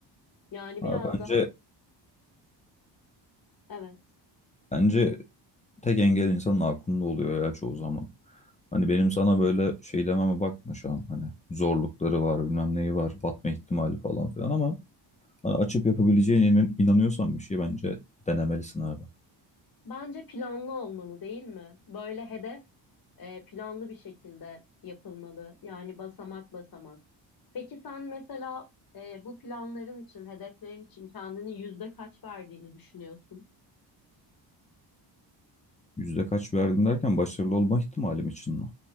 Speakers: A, on the left (about 50°); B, on the left (about 15°).
A: Yani
B: Ha,
A: biraz
B: bence
A: daha evet.
B: Bence tek engel insanın aklında oluyor ya çoğu zaman. Hani benim sana böyle şey dememe bakma şu an. Hani zorlukları var, bilmem neyi var, batma ihtimali falan filan ama hani açıp yapabileceğine inan- inanıyorsan bir şey bence denemelisin abi.
A: Bence planlı olmalı değil mi? Böyle hedef eee, planlı bir şekilde yapılmalı. Yani basamak basamak. Peki sen mesela eee, bu planların için, hedeflerin için kendini yüzde kaç verdiğini düşünüyorsun?
B: Yüzde kaç verdim derken başarılı olma ihtimalim için mi?